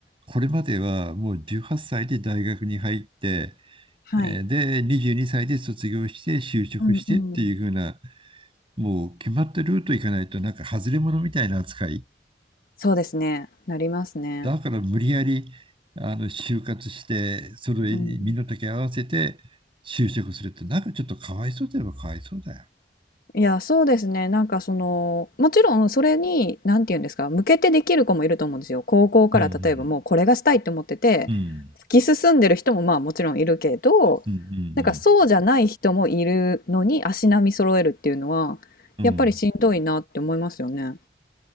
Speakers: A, on the right; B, on the left.
A: これまではもう18歳で大学に入って、
B: はい。
A: えーで、22歳で卒業して就職してっていう風な
B: うんうん。
A: もう決まったルート行かないとなんか外れ者みたいな扱い。
B: そうですね、なりますね。
A: だから無理やりあの就活して、それに身の丈合わせて就職するってなんかちょっとかわいそうといえばかわいそうだよ。
B: うんうん。いや、そうですね。なんかその、もちろんそれに、なんて言うんですか、向けてできる子もいると思うんですよ。高校から例えばもうこれがしたいって思ってて、
A: うんうんうん
B: 突き進んでる人もまあもちろんいるけど、
A: うんうん
B: なんかそうじゃない人もいるのに足並み揃えるっていうのは、
A: うん。
B: やっぱりしんどいなって思いますよね。
A: うん